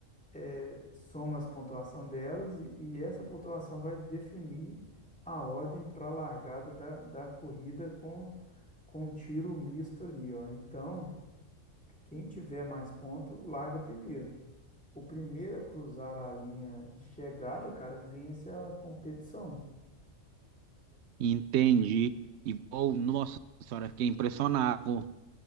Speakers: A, in the centre; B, on the right.
A: eh, soma as pontuação delas e, e essa pontuação vai definir a ordem para a largada da, da corrida com, com um tiro misto ali, ó. Então, quem tiver mais ponto, larga primeiro. O primeiro a cruzar a linha de chegada, cara, vence a competição.
B: Entendi. Igual, nossa senhora, fiquei impressionado.